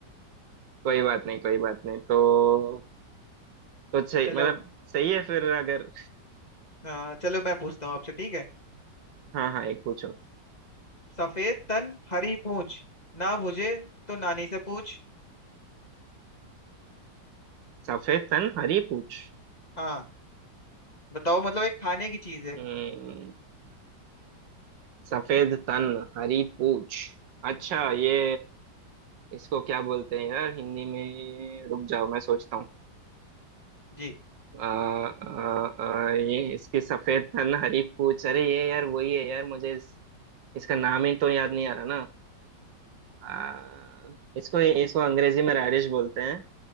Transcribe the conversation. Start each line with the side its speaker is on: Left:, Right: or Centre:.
Right: कोई बात नहीं कोई बात नहीं तो तो सही
Left: चलो
Right: मतलब सही है फिर अगर
Left: आ, चलो मैं पूछता हूँ आपसे ठीक है
Right: हाँ हाँ एक पूछो
Left: सफेद तन हरी पूछ ना बुझे तो नानी से पूछ
Right: सफेद तन हरी पूछ
Left: हाँ बताओ मतलब एक खाने की चीज है
Right: हम्म, सफेद तन हरी पूछ अच्छा ये इसको क्या बोलते हैं यार हिंदी में रुक जाओ मैं सोचता हूँ
Left: जी
Right: आ, आ, आ, ये इसकी सफेद तन हरी पूछ अरे ये यार वही है यार मुझे इस, इसका नाम ही तो याद नहीं आ रहा ना आ, इसको इसको अंग्रेजी में रेडिश बोलते हैं